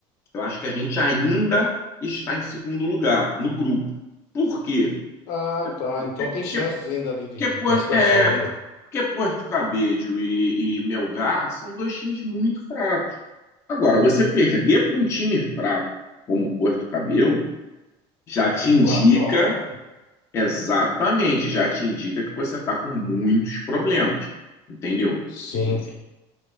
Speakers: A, on the left (about 20°); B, on the left (about 65°).
A: eu acho que a gente ainda está em segundo lugar no grupo. Por quê?
B: Ah, tá.
A: Porque,
B: Então
A: porque
B: tem chances
A: Porque,
B: ainda ali de, de
A: Por-
B: classificação
A: é,
B: ainda.
A: porque Porto Cabedelo e, e Melgar são dois times muito fracos. Agora, você perder para um time fraco como Porto Cabedelo já te
B: De
A: indica,
B: 4 a um ainda?
A: exatamente, já te indica que você está com muitos problemas, entendeu?
B: Sim.
A: Então, assim,